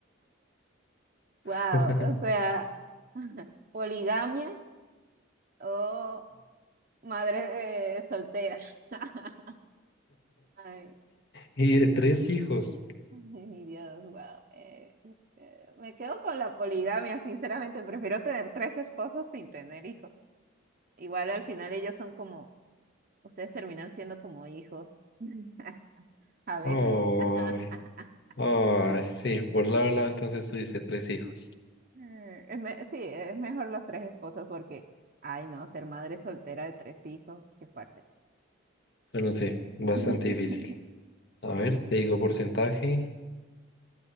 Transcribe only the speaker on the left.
<laughs>
Y de tres hijos.
Ay,
ay, sí, por lado a lado entonces tú dices tres hijos.
Pero no sé, bastante
difícil. A ver, te digo porcentaje.